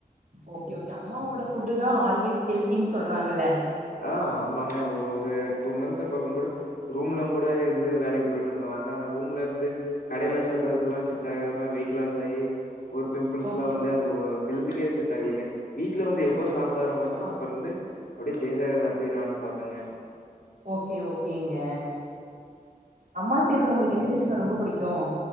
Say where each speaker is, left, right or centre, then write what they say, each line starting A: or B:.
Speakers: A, on the right; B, on the left.
A: ஓகே ஒகே அம்மாவோட ஃபுட்டு தா ஆல்வேஸ் ஹெல்தின் சொல்றாங்கல்ல
B: ஆ ஆமாங்க ஒரு டூ மந்த் பக்கங் கூட ரூம்லங் கூட இருந்து வேலைக்கு போயிட்டு இருந்தோ அதா ரூம்ல இருந்தே கடையில சாப்புட்றதெல்லா செட் ஆகாம வெயிட் லாஸ் ஆகி ஒரு பிம்பிள்ஸ்ல்லா
A: ஓகே
B: வந்து த ஓ ஹெல்துகே செட் ஆகலைங்க வீட்ல வந்து எப்ப சாப்புட ஆரமிச்சனோ அப்ப இருந்து சேஞ் ஆகுறது அப்டடியே நானு பாத்தேங்க
A: ஓகே ஓகேங்க அம்மா
B: ம்.
A: செய்றதுல உங்களுக்கு எந்த டிஷ்ங்க ரொம்ப புடிக்கும்